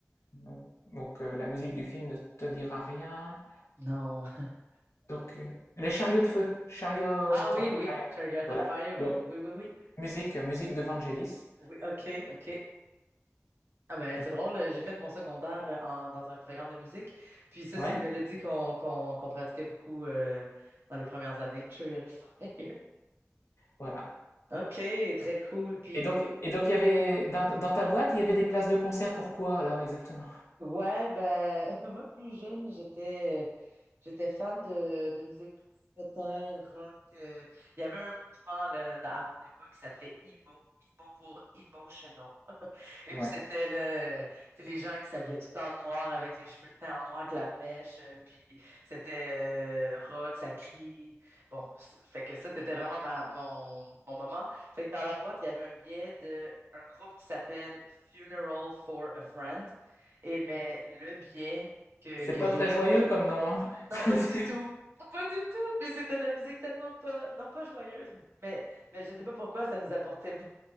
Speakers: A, on the left; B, on the right.
A: Non. Donc euh, la musique du film ne te dira rien.
B: non. <laughs>
A: Donc euh, les chariots de feu, Chariot
B: Ah
A: of
B: oui, oui,
A: Fire.
B: Chariot
A: Voilà.
B: of Fire,
A: Donc
B: oui, oui, oui, oui, oui.
A: musique, euh, musique de Vangelis.
B: Oui, OK, OK. Ah ben,
A: Euh,
B: c'est drôle, euh, j'ai fait mon secondaire euh, en- dans un programme de musique. Puis ça,
A: Ouais,
B: c'est une mélodie qu'on qu'on qu'on pratiquait beaucoup euh, dans les premières années. Chariot of Fire. <laughs>
A: voilà.
B: OK, très cool. Puis
A: Et donc, et donc il y avait dans, dans ta boîte, il y avait des places de concert pour quoi alors exactement?
B: Ouais, ben, <laughs> moi plus jeune, j'étais euh, j'étais fan de, de musique plus metal, rock. euh, il y avait un mouvement là, dans- à mon époque qui s'appelait emo, emo pour emotional. <laughs> Et
A: Ouais.
B: puis c'était le, tu sais, les gens qui s'habillaient tout en noir avec les cheveux teints en noir avec la mèche. euh, puis c'était euh, rock, ça crie. Bon, c- fait que ça, c'était vraiment ma, mon, mon moment. Fait que dans la boîte, il y avait un billet de un groupe qui s'appelle Funeral for a Friend. Et mais le biais que,
A: C'est
B: que
A: pas
B: j'ai.
A: très joyeux comme nom, hein. <laughs> C'est-
B: Non, pas du tout. Pas du tout. Mais c'était de la musique tellement pas. Non, pas joyeuse, mais, mais je sais pas pourquoi ça nous apportait beaucoup